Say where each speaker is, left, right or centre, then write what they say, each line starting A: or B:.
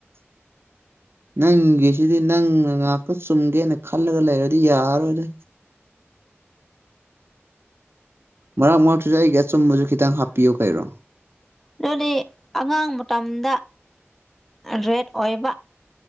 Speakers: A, on the right; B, in the centre.
A: ꯅꯪꯒꯤꯁꯤꯗꯤ ꯅꯪꯅ ꯉꯥꯛꯇ ꯆꯨꯝꯒꯦꯅ ꯈꯜꯂꯒ ꯂꯩꯔꯗꯤ ꯌꯥꯔꯣꯏꯗ ꯃꯔꯛ ꯃꯔꯛꯇꯨꯁꯨ ꯑꯩꯒꯤ ꯑꯆꯨꯝꯕꯁꯨ ꯈꯤꯇꯪ ꯍꯥꯞꯄꯤꯌꯨ ꯀꯩꯔꯣ
B: ꯑꯗꯨꯗꯤ ꯑꯉꯥꯡ ꯃꯇꯝꯗ ꯔꯦꯠ ꯑꯣꯏꯕ